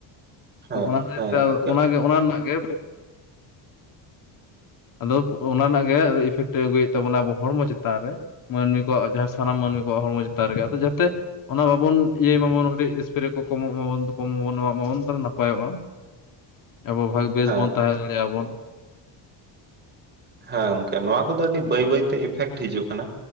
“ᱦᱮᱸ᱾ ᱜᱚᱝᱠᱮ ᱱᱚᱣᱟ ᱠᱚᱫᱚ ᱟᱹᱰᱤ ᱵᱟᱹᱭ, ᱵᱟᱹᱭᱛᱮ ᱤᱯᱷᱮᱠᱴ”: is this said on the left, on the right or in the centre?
Right